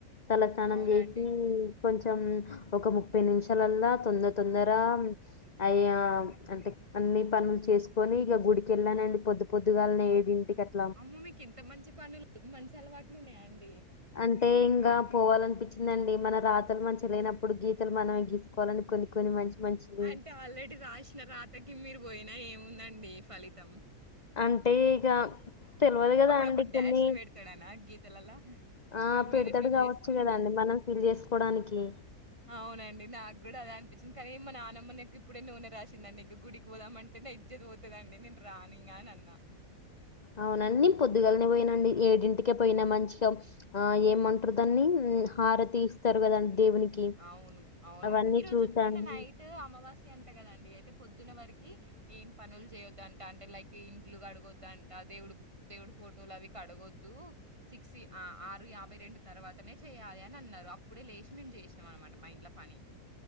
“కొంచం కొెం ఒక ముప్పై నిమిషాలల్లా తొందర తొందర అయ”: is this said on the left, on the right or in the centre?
Left